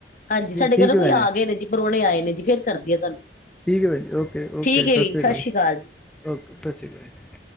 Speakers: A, on the left (about 50°); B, in the centre.
A: ਹਾਂਜੀ
B: ਜੀ
A: ਸਾਡੇ
B: ਠੀਕ
A: ਘਰ ਨਾ ਕੋਈ
B: ਹੈ ਭੈਣ
A: ਆ ਗਏ ਨੇ ਜੀ ਪ੍ਰੋਨੇ ਆਏ ਨੇ ਜੀ ਫੇਰ ਕਰਦੀ ਆ ਤੁਹਾਨੂੰ।
B: ਠੀਕ ਹੈ ਭੈਣ ਜੀ, ਓਕੇ-ਓਕੇ,
A: ਠੀਕ ਹੈ
B: ਸਤਿ
A: ਵੀਰ
B: ਸ਼੍ਰੀ ਅਕਾਲ
A: ਜੀ
B: ਓਕੇ ਸਤਿ ਸ਼੍ਰੀ ਅਕਾਲ ਜੀ।